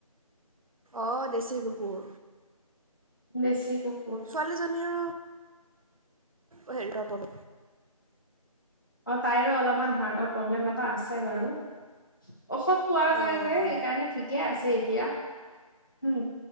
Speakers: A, on the right; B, on the left.
A: অ, দেশী কুকুৰ
B: বেছি <inaudible>
A: ছোৱালীজনী আৰু অ', হেৰি তৰ পম
B: অ', তাইৰো অলপমান হাৰ্টৰ প্ৰব্লেম এটা আছে বাৰু। ঔষধ খোৱা
A: অঁ
B: যায় যে সেইকাৰণে ঠিকে আছে এ এতিয়া উম